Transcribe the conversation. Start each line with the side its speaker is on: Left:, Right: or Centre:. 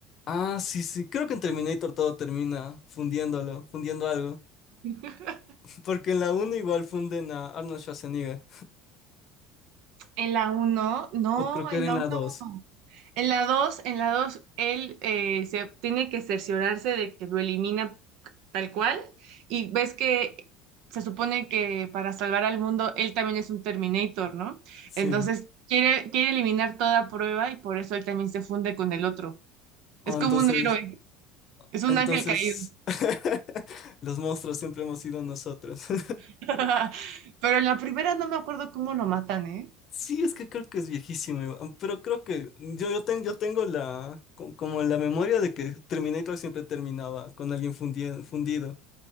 Left: Ah, sí, sí, creo que en Terminator todo termina fundiéndolo, fundiendo algo.
Right: <laughs>
Left: <laughs> Porque en la uno igual funden a Arnold Schwarzenegger.
Right: En la uno, no,
Left: O creo que
Right: en
Left: era
Right: la
Left: en la
Right: uno.
Left: dos
Right: En la dos, en la 2, él eh, se tiene que cerciorarse de que lo elimina tal cual. Y ves que se supone que para salvar al mundo, él también es un Terminator, ¿no?
Left: Sí.
Right: Entonces quiere, quiere eliminar toda prueba y por eso él también se funde con el otro.
Left: Ah,
Right: Es como
Left: entonces
Right: un héroe, es un
Left: Entonces,
Right: ángel caído.
Left: <laughs> los monstruos siempre hemos sido nosotros. <laughs>
Right: <laughs> Pero en la primera no me acuerdo cómo lo matan, ¿eh?
Left: Sí, es que creo que es viejísimo, igual, pero creo que yo, yo, ten- yo tengo la, co- como la memoria de que Terminator siempre terminaba con alguien fundi- fundido.